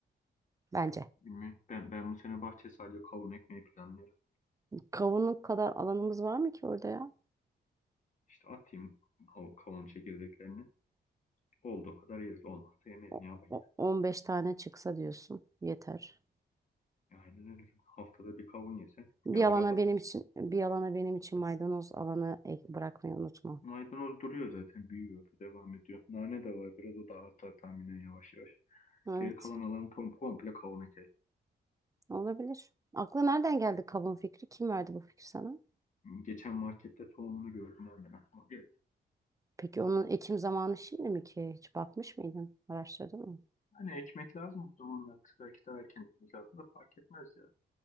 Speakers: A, on the right; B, on the left.
A: bence.
B: Bilmiyorum. Ben, ben bu sene bahçe sadece kavun ekmeyi planlıyorum.
A: Kavunluk kadar alanımız var mı ki orada ya?
B: İşte atayım o kavun çekirdeklerini. Olduğu kadar yeriz olmazsa yemeyiz
A: O-
B: ne yapayım
A: o-
B: ya.
A: 15 tane çıksa diyorsun yeter.
B: E, Aynen öyle. Haftada bir kavun yesen
A: Bir
B: yazı
A: alana
B: kapatırız.
A: benim için bir alana benim için maydanoz alanı ek- bırakmayı unutma.
B: Maydanoz duruyor zaten büyüyor devam ediyor. Nane de var biraz o da artar tahminen yavaş yavaş.
A: Evet,
B: Geri kalan alan tam komple kavun eker.
A: olabilir. Akla nereden geldi kabuğun fikri? Kim verdi bu fikri sana?
B: Geçen markette tohumunu gördüm oradan aklıma geldi.
A: Peki onun ekim zamanı şimdi mi ki? Hiç bakmış mıydın? Araştırdın mı?
B: Hani ekmek lazım bu zamanlar. Belki daha erken ekmek lazım da fark etmez ya.